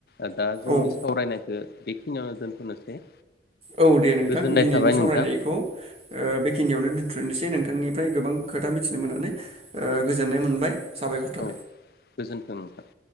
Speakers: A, on the left; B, on the right.
A: आ दा जोंनि
B: औ
A: सावरायनायखौ बेखिनिआव दोनथ'नोसै।
B: औ दे नोंथां
A: गोजोननाय
B: दिनैनि
A: थाबाय
B: सावरायनायखौ
A: नोंथां
B: ओ बेखिनियावनो <unintelligible> नोंथांनिफ्राय गोबां खोथा मिथिनो मोननानै ओ गोजोननाय मोनबाय। साबायखर थाबाय।
A: औ गोजोन्थों नोंथां।